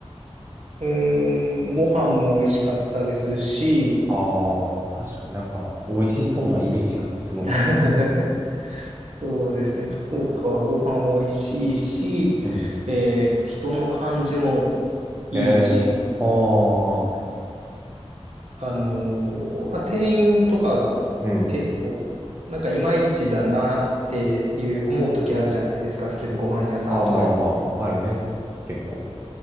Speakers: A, on the right; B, on the right.
A: うーん、ご飯も美味しかったですし、
B: ああ、確かになんか、美味しそうなイメージがすごくある。
A: <laughs> そうですね。福岡はご飯美味しいし、
B: うん。
A: えっと、人の感じもいいし、
B: ええああ、
A: あのーまあ、店員とかが結構、
B: うん。
A: なんかいまいちだなっていう思う時あるじゃないですか。普通にご飯屋さんとか行って。
B: あまあまあまあ、あるね。結構。